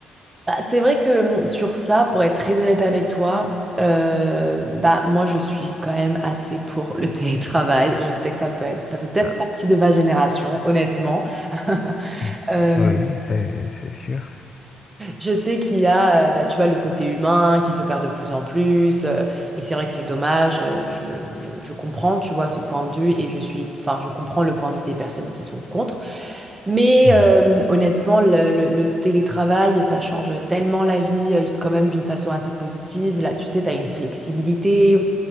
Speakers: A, on the right (about 20°); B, on the left (about 35°).
A: bah, c'est vrai que hum, sur ça, pour être très honnête avec toi, euh, bah moi je suis quand même assez pour le <laughs> télétravail. Je sais que ça peut être, ça fait peut-être
B: Ah,
A: partie de ma génération, honnêtement. <laughs>
B: mm.
A: Euh,
B: Oui, c'est, c'est sûr.
A: je sais qu'il y a, euh, bah, tu vois, le côté humain qui se perd de plus en plus, euh, et c'est vrai que c'est dommage. euh, je, je, je comprends, tu vois, ce point de vue, et je suis, enfin, je comprends le point de vue des personnes qui sont contre. Mais
B: Mhm.
A: euh, honnêtement, le, le- le télétravail, ça change tellement la vie, euh, quand même d'une façon assez positive. Là, tu sais, tu as une flexibilité,